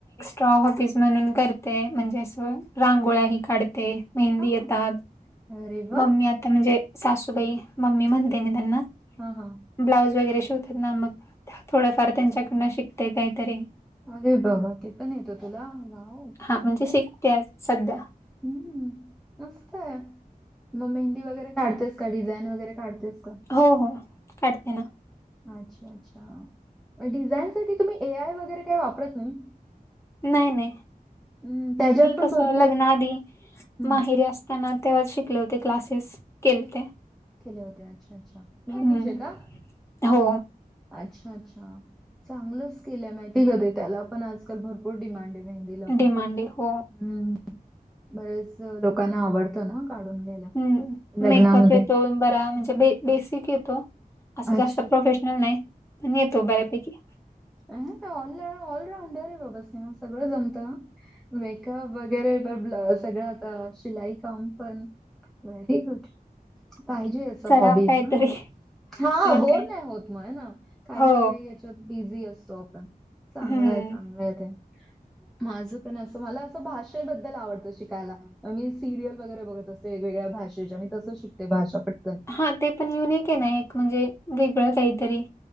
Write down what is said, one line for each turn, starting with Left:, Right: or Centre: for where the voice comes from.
Left: रॉ हॉब्बीज म्हणून करते. म्हणजे अस रांगोळ्या ही काढते, मेहंदी
Centre: हां.
Left: येतात.
Centre: अरे वाह!
Left: मम्मी आता म्हणजे सासूबाई मम्मी म्हणते मी त्यांना
Centre: हा हां
Left: ब्लाऊज वगैरे शिवतात ना मग थोडंफार त्यांच्याकडन शिकते. काहीतरी
Centre: अरे बाबा! ते पण येतो तुला वाव!
Left: हा
Centre: चांगलं
Left: म्हणजे
Centre: हाय.
Left: शिकते आज सध्या
Centre: हम्म मस्त आहे मग मेंहंदी वगैरे काढतेस का? डीझाईन वगैरे काढतेस का?
Left: हो हो काढते ना.
Centre: अच्छा, अच्छा डिझाईन साठी तुम्ही ए आय वगैरे काही वापरत नाही?
Left: नाही, नाही
Centre: हं, त्याच्यात
Left: मी
Centre: पण
Left: कसं
Centre: भरपूर
Left: लग्नाआधी
Centre: हं,
Left: माहेरी असत ताना तेव्हाच शिकले होते क्लासेस केलते.
Centre: केले होते. अच्छा, अच्छा मेहंदीचे
Left: हम्म
Centre: का?
Left: हो
Centre: अच्छा, अच्छा चांगलच केलं माहिती का? त्याला पण आजकाल भरपूर डिमांड आहे. मेहंदीला
Left: डिमांडे
Centre: पण
Left: हो
Centre: हम बरेच लोकांना आवडत ना काढून घ्यायला.
Left: हम्म
Centre: लग्नामध्ये.
Left: मेकअप येतो. बरा म्हणजे बे बेसिक येतो. असं
Centre: अच्छा.
Left: जास्त प्रोफेशनल नाही पण येतो बऱ्यापैकी.
Centre: अ का ऑल ऑलराऊंडर आहे बाबा तुम्ही सगळं जमतं. मेकअप वगैरे पण ब् सगळं आता शिलाई काम पण व्हेरी गुड पाहिजेच. सम
Left: कराव
Centre: हॉबीज
Left: काहीतरी
Centre: ना? हा
Left: मग
Centre: बोर
Left: काय
Centre: नाही होत म ना आहे ना काही
Left: हो
Centre: ना काही त्यात बिझी असतो आपण चांगल
Left: हम्म
Centre: आहे चांगलंय ते. माझं पण असं मला असं भाषेबद्दल आवडतं शिकायला. मी सिरियल वगैरे बघत असते वेगवेगळ्या भाषेच्या मी तसं शिकते. भाषा पटकन
Left: हा ते पण युनिक आहे ना एक म्हणजे वेगळं काहीतरी